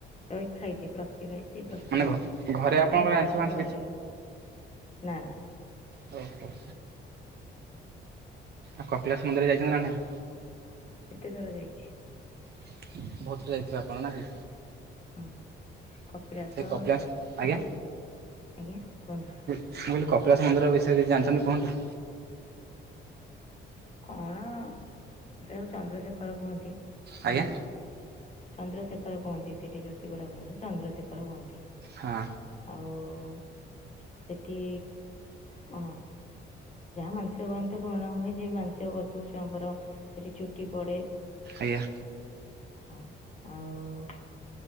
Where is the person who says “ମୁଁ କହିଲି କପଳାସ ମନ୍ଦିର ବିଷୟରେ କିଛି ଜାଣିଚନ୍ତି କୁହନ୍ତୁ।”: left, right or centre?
Right